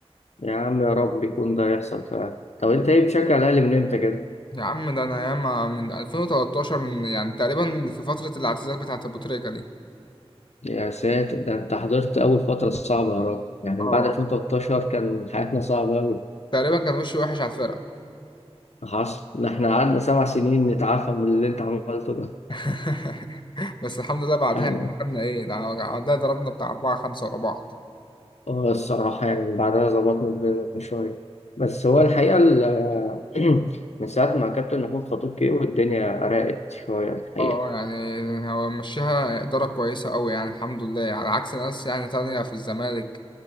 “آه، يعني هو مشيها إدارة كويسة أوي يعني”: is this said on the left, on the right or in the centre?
Left